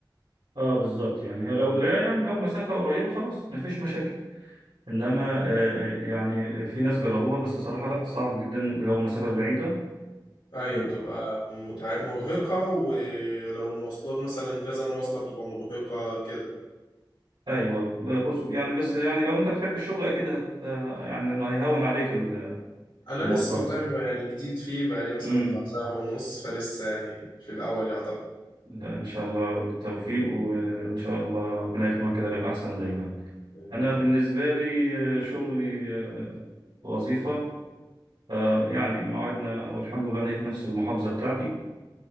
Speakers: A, on the right; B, on the left.
A: اه بالظبط يعني هي لو لا يعني لو مسافة قريبة خلاص مفيش مشاكل انما آه، آه، يعني في ناس جربوها بس صراحة لا صعب جدا لو المسافة بعيدة
B: ايوه
A: آه،
B: بتبقى متع... مرهقة ولو المواصلات مثلا كذا مواصلة بتبقى مرهقة كده
A: ايوه خص- يعني بس يعني لو انت بتحب الشغل اكيد هت يعني هيهون عليك ال-
B: انا
A: المواصلات
B: لسه والله ما- يعني جديد فيه بقالي مثلا
A: امم
B: بتاع شهر ونص فلسه يعني في الاول يعتبر
A: لا ان شاء الله بالتوفيق وان شاء الله ربنا يكرمك كده للاحسن دايما
B: يعني
A: انا
B: يعني
A: بالنسبة لي آه، شغلي آه، وظيفة آه، يعني مواعيدنا والحمد لله ان هي في نفس المحافظة بتاعتي